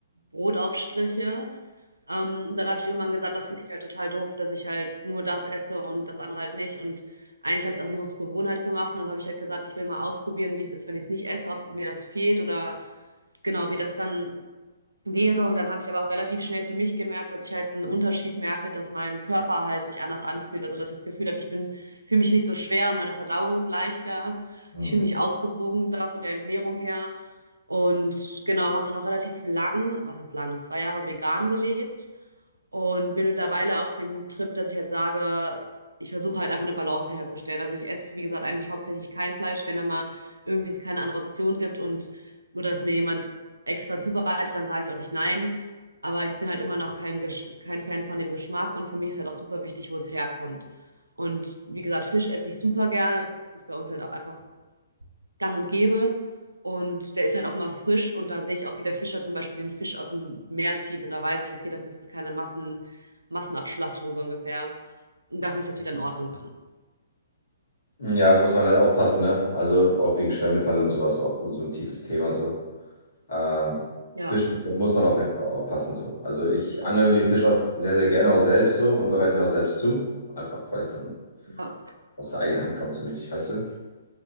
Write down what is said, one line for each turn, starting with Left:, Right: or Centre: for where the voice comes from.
Right: Brotaufstriche. Ähm, dann habe ich irgendwann gesagt, das finde ich halt total doof, dass ich halt nur das esse und das andere halt nicht. Und eigentlich habe ich es auch nur aus Gewohnheit gemacht. Und dann habe ich halt gesagt, ich will mal ausprobieren, wie es ist, wenn ich es nicht esse, ob mir das fehlt oder genau, wie das dann wäre. Und dann habe ich aber auch relativ schnell für mich gemerkt, dass ich halt einen Unterschied merke, dass mein Körper halt sich anders anfühlt. Also dass ich das Gefühl hatte, ich bin, fühle mich nicht so schwer und meine Verdauung ist leichter.
Left: Mhm.
Right: Ich fühle mich ausgewogener von der Ernährung her. Und genau, habe dann auch relativ lang, was heißt lange, zwei Jahre vegan gelebt und bin mittlerweile auf dem Trip, dass ich halt sage, ich versuche halt einfach eine Balance herzustellen. Also ich esse, wie gesagt, eigentlich hauptsächlich kein Fleisch, wenn da mal irgendwie es keine andere Option gibt und oder es mir jemand extra zubereitet, dann sage ich auch nicht nein. Aber ich bin halt immer noch kein, Gesch- kein Fan von dem Geschmack und für mich ist halt auch super wichtig, wo es herkommt. Und wie gesagt, Fisch esse ich super gerne. Das ist bei uns halt auch einfach gang und gäbe. Und der ist halt auch immer frisch und da sehe ich auch, wie der Fischer zum Beispiel den Fisch aus dem Meer zieht. Und da weiß ich, okay, das ist jetzt keine Massen, Massenabschlachtung so ungefähr. Und da finde ich das wieder in Ordnung dann.
Left: Ja, muss man halt aufpassen, ne? Also auch wegen Schwermetalle und sowas, auch so ein tiefes Thema so. Ähm,
Right: Ja,
Left: Fisch muss muss man auf jeden Fall aufpassen so. Also ich angel mir den Fisch auch sehr, sehr gerne auch selbst so und bereite ihn auch selbst zu. Einfach, weil es dann
Right: ja,
Left: aus der eigenen Hand kommt so mäßig, weißt du?